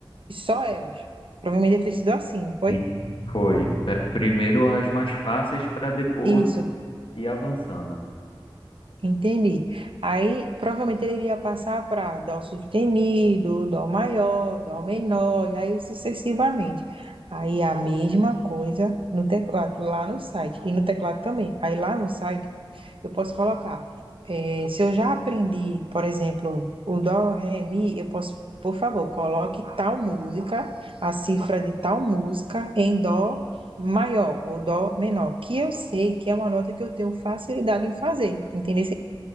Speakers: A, on the right (about 75°); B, on the left (about 75°).
A: e só elas. Provavelmente deve ter sido assim, não foi?
B: E foi. P- Primeiro as mais fáceis para depois
A: Isso.
B: ir avançando.
A: Entendi. Aí provavelmente ele iria passar para dó sustenido, dó maior, dó menor, e aí sucessivamente. Aí a mesma coisa no teclado, lá no site, e no teclado também. Aí lá no site eu posso colocar. eh, se eu já aprendi, por exemplo, o dó, ré, mi, eu posso, por favor, coloque tal música, a cifra de tal música em dó maior ou dó menor, que eu sei que é uma nota que eu tenho facilidade em fazer, entendeu?